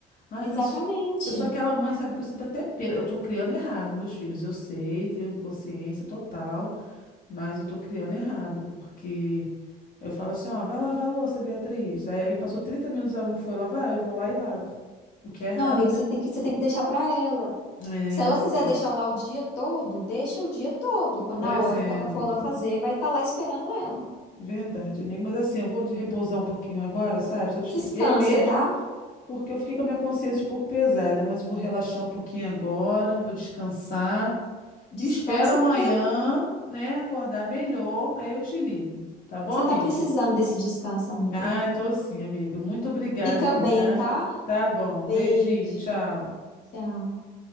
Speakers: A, on the left; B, on the left.
A: Ai,
B: exatamente.
A: mas eu sou aquela mãe, sabe, que eu sinto até pena. Eu tô criando errado, meus filhos. Eu sei, tenho consciência total, mas eu tô criando errado, porque eu falo assim, ó, vai lavar a louça, Beatriz. Aí, aí passou 30 minutos, ela não foi lavar, eu vou lá e lavo. O que é errado,
B: Não, amiga,
A: né?
B: você tem que, você tem que deixar para ela.
A: É,
B: Se ela
A: eu sei.
B: quiser deixar lá o dia todo, deixa o dia todo. Quando-
A: Pois
B: Na hora
A: é,
B: que ela
A: amiga.
B: for lá fazer, vai estar lá esperando ela.
A: Verdade, amiga. Mas assim, eu vou de repousar um pouquinho agora, sabe? Só te
B: Descansa,
A: liguei mesmo
B: tá?
A: porque eu fiquei com a minha consciência um pouco pesada, mas vou relaxar um pouquinho agora, vou descansar
B: Descansa
A: Espero amanhã,
B: porque
A: né, acordar melhor, aí eu te ligo. Tá bom,
B: você
A: amiga?
B: tá precisando desse descanso, amiga.
A: Ai, tô sim, amiga. Muito obrigada
B: Fica
A: aí,
B: bem,
A: tá?
B: tá?
A: Tá bom.
B: Beijo.
A: Beijinho, tchau.
B: Tchau.